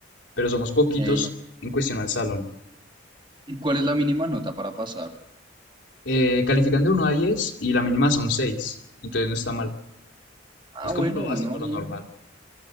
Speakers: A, on the left; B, on the right.
A: pero somos poquitos
B: Hey.
A: en cuestión al salón.
B: ¿Y cuál es la mínima nota para pasar?
A: Eh, califican de 1 a diez y la mínima son 6, entonces no está mal.
B: Ah,
A: Es
B: bueno,
A: como lo básico,
B: no,
A: lo
B: bien.
A: normal.